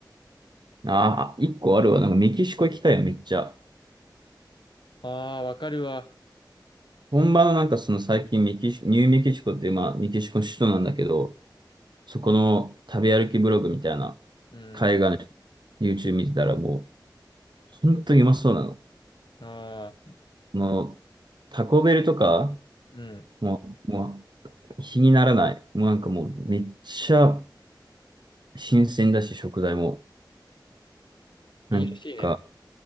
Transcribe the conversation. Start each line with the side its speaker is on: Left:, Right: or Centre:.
Right: う。あ、あ一個あるわ。なんかメキシコ行きたいよ、めっちゃ。
Left: ああ、わかるわ。
Right: 本場のなんかその最近メキシ、ニューメキシコって、まあ、メキシコの首都なんだけど、そこの食べ歩きブログみたいな、
Left: うん。
Right: 海外の YouTube 見てたらもう、本当にうまそうなの。
Left: ああ、
Right: もう、タコベルとか、
Left: うん。
Right: もう、もう、比にならない。もうなんかもう、めっちゃ新鮮だし、食材も。
Left: いいらしいね。
Right: なんか、